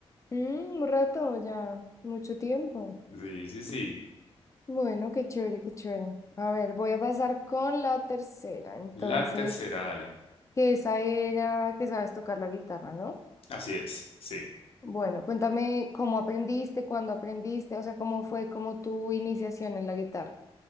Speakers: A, on the left (about 30°); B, on the left (about 60°).
A: Mm, un rato ya, mucho tiempo.
B: Sí, sí, sí.
A: Bueno, qué chévere, qué chévere. A ver, voy a pasar con la tercera. Entonces,
B: La tercera, dale.
A: que esa era que sabes tocar la guitarra, ¿no?
B: Así es, sí.
A: Bueno, cuéntame cómo aprendiste, cuándo aprendiste, o sea, cómo fue como tu iniciación en la guitarra.